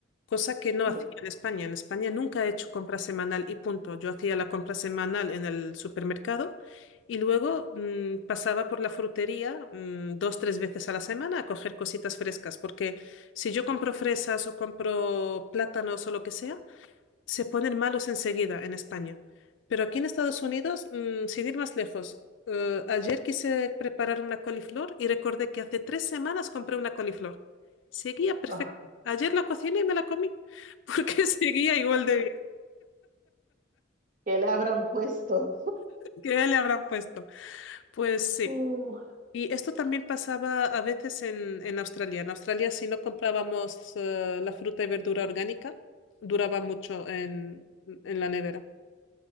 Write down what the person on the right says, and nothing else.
Sí,
oh,
que le habrán puesto.
Uh,